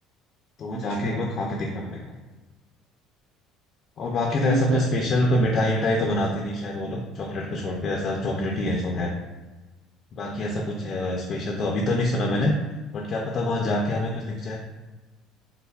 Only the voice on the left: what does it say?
तो वो
जाके एक बार खा के देखना पड़ेगा और बाकी
तो ऐसा
कोई स्पेशल कोई मिठाई मिठाई तो बनाते नहीं शायद वो लोग चॉकलेट को छोड़ के ऐसा चॉकलेट ही है जो है बाकी ऐसा कुछ स्पेशल तो अभी तो नहीं सुना मैंने बट क्या पता वहां जाके हमें कुछ दिख जाए